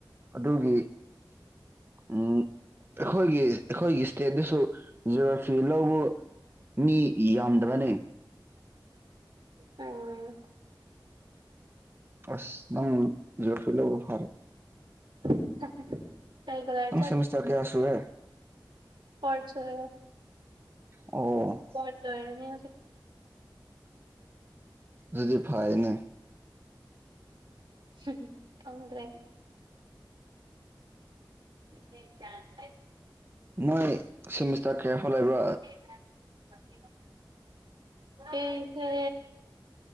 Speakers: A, on the right; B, on the right.
A: ꯑꯗꯨꯒꯤ ꯎꯝ ꯑꯩꯈꯣꯏꯒꯤ ꯑꯩꯈꯣꯏꯒꯤ ꯁꯇꯦꯠꯇꯁꯨ ꯖꯤꯑꯣꯒ꯭ꯔꯥꯐꯤ ꯂꯧꯕ ꯃꯤ ꯌꯥꯝꯗꯕꯅꯦ
B: ꯎꯝ
A: ꯑꯁ ꯅꯪ ꯖꯤꯌꯣꯒ꯭ꯔꯥꯐꯤ ꯂꯧꯕ ꯐꯥꯔꯦ
B: <inaudible> <unintelligible> ꯔꯦꯒꯨꯂꯔ
A: ꯅꯪ ꯁꯦꯃꯤꯁꯇꯔ ꯀꯌꯥ ꯁꯨꯔꯦ
B: ꯐ꯭ꯔꯣꯠ ꯁꯨꯔꯦ
A: ꯑꯣ
B: <unintelligible> ꯂꯔꯅꯦ
A: ꯑꯗꯨꯗꯤ ꯐꯥꯏꯅꯦ
B: ꯎꯝ ꯈꯪꯗ꯭ꯔꯦ ꯌꯥ <unintelligible>
A: ꯅꯣꯏ ꯁꯤꯃꯤꯁꯇꯔ ꯀꯌꯥ ꯐꯧ ꯂꯩꯕ꯭ꯔꯥ
B: ꯂꯩꯗ <unintelligible> ꯑꯗꯨꯑꯣ ꯅ <unintelligible> ꯏ ꯏꯁ